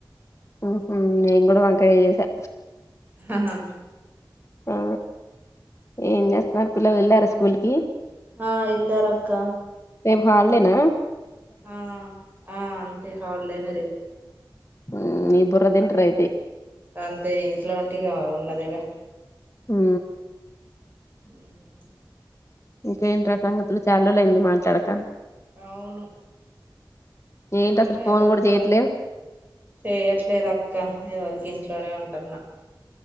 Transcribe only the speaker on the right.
హా అ
ఆ ఎల్లార అక్క
ఆ ఆ అంతే హాలీడేనే రేపు
అంతే ఇంట్లో ఉంటే ఇగ ఉన్నదే గా
ఉమ్ ఉ
అవును
నేను
ఎవరికి
పోన్
చేయట్లేదు అక్క ఎవరికి ఇంట్ ఇంట్లోనే ఉంటన్న